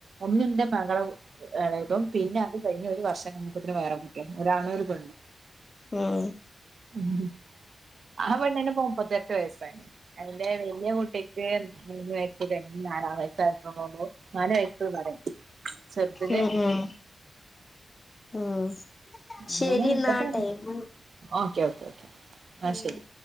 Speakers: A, on the right (about 65°); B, on the left (about 30°).
A: ഒന്നിന്റെ മകളെ എളെ. ഇപ്പം പിന്നെ അത് കഴിഞ്ഞ് ഒരു വർഷം കഴിഞ്ഞപ്പത്തിന് വേറെ കുട്ടി ഒരാണും ഒരുപെണ്ണും
B: ഉം
A: ഉം ആഹ് പെണ്ണിന്പ്പൊ മുപ്പത്തെട്ട് വയസ്സായി അതിന്റെ വല്യെ കുട്ടി ട്ടിക്ക് മൂന്ന് വയസ്സ് കഴിഞ്ഞ് നാലാം വയസായപ്പോ നാല് വയസ്സ് പറയാ ചെറ്ദിന്
B: ഉം ഉം ഉം
A: അങ്ങനെ
B: ശരിന്നാ
A: മുപ്പത്
B: ടൈമ്
A: ഓക്കെ ഓക്കെ ഓക്കെ, എന്നാൽ
B: ഉം
A: ശരി